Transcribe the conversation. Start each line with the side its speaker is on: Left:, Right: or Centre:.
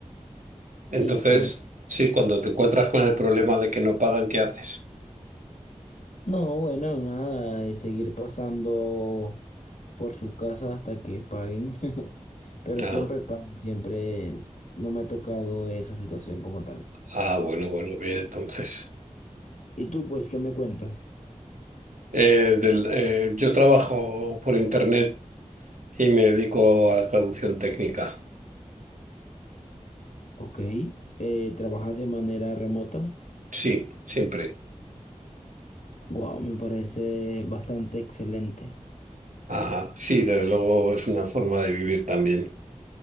Right: Entonces,
Left: Y pues,
Right: sí, cuando te encuentras con el problema de que no pagan, ¿qué haces?
Left: no, bueno, nada, es seguir pasando por sus casas hasta que paguen, <laughs> pero
Right: Ah,
Left: siempre pagan, siempre no me ha tocado esa situación como tal.
Right: ah, bueno, bueno, bien, entonces.
Left: ¿Y tú, pues, qué me cuentas?
Right: Eh, del- eh, yo trabajo por internet Y me dedico a la traducción técnica.
Left: Ok, eh, ¿trabajas de manera remota?
Right: Sí, siempre.
Left: Wow, me parece bastante excelente.
Right: Ajá. Sí, desde luego es una forma de vivir también.